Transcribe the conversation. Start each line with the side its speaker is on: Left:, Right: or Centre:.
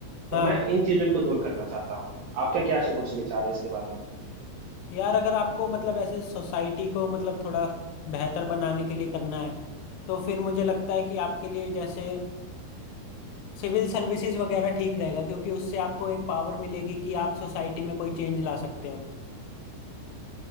Left: हाँ
Right: तो मैं इन चीजों को दूर करना चाहता हूँ आपका क्या सोच विचार है इसके बारे में
Left: यार अगर आपको मतलब ऐसे सोसाइटी को मतलब थोड़ा बेहतर बनाने के लिए करना है तो फिर मुझे लगता है कि आपके लिए जैसे सिविल सर्विसेज वगैरह ठीक रहेगा क्योंकि उससे आपको एक पावर मिलेगी कि आप सोसाइटी में कोई चेंज ला सकते हो